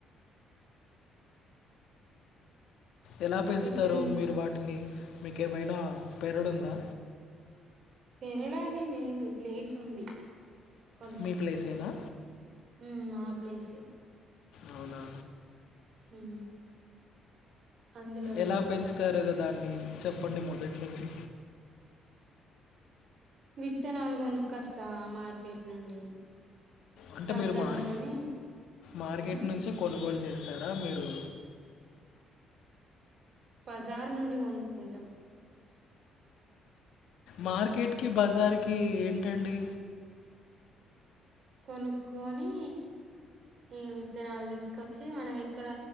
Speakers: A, on the left; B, on the right.
A: ఎలా పెంచుతారు
B: చెట్లు పెంచ
A: మీరు వాటిని మీకేమైనా పేరడుందా
B: పెరడాని లేదు ప్లేస్ ఉంది కొంచెం
A: మీ ప్లేసేనా
B: ఉమ్ మా ప్లేసే
A: అవునా
B: ఉమ్ అందులో పెంచుత
A: ఎలా పెంచుతారు
B: అన్నట్టు
A: గదా దాన్ని చెప్పండి మొదట్ నుంచి
B: విత్తనాలుగొనుక్కస్తా మార్కెట్ నుండి
A: అంటే
B: తవ్వన్న
A: మీరు మార్
B: గాని
A: మార్కెట్
B: ఉమ్
A: నుంచే కొనుగోలు చేస్తారా మీరు
B: బజార్ నుండి కొనుక్కుంటాం
A: మార్కెట్ కి బజార్ కి ఏంటండి
B: కొనుక్కొని ఇగ విత్తనాలు తీస్కచ్చి మనం ఎక్కడ